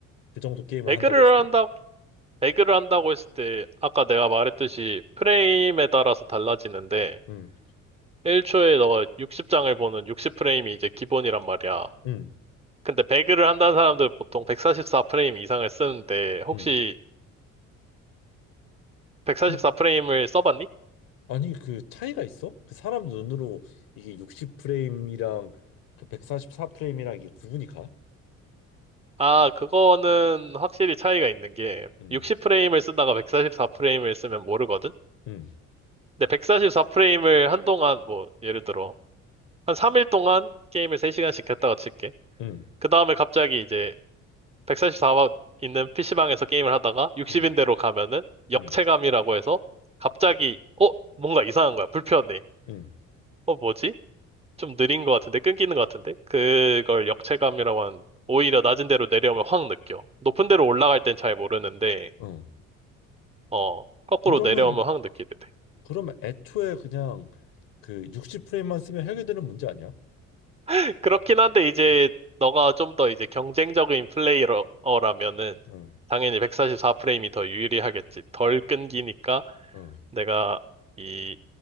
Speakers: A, on the left; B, on the right.
A: 그 정도 게임을
B: 배그를
A: 한다고 했을 때.
B: 한다 배그를 한다고 했을 때 아까 내가 말했듯이 프레임에 따라서 달라지는데
A: 응,
B: 1초에 너가 60장을 보는 60프레임이 이제 기본이란 말이야.
A: 응,
B: 근데 배그를 한다는 사람들 보통 144프레임 이상을 쓰는데 혹시
A: 응.
B: 144프레임을
A: 아니,
B: 써봤니?
A: 아니, 그 차이가 있어? 그 사람 눈으로 이게 60프레임이랑 그 144프레임이랑 이게 구분이 가?
B: 아, 그거는 확실히 차이가 있는 게
A: 응,
B: 60프레임을 쓰다가 144프레임을 쓰면 모르거든?
A: 응.
B: 근데 144프레임을 한동안 뭐 예를 들어 한 3일 동안 게임을 3시간씩 했다가 칠게.
A: 응,
B: 그 다음에 갑자기 이제 144만 있는 PC방에서 게임을 하다가 60인대로
A: 응,
B: 가면은 역체감이라고
A: 응,
B: 해서 갑자기 어? 뭔가 이상한 거야. 불편해.
A: 응,
B: 어, 뭐지? 좀 느린 것 같은데? 끊기는 것 같은데? 그걸 역체감이라고 하는 오히려 낮은 데로 내려오면 확 느껴. 높은 데로 올라갈 땐 잘 모르는데
A: 어. 음.
B: 어, 거꾸로
A: 그러면,
B: 내려오면 확 느끼게 돼.
A: 그러면 애초에 그냥 그 60프레임만 쓰면 해결되는 문제 아니야?
B: <laughs> 그렇긴 한데 이제
A: 응,
B: 너가 좀 더 이제 경쟁적인 플레이어라면은
A: 응,
B: 당연히 144프레임이 더 유리하겠지. 덜 끊기니까
A: 응,
B: 내가 이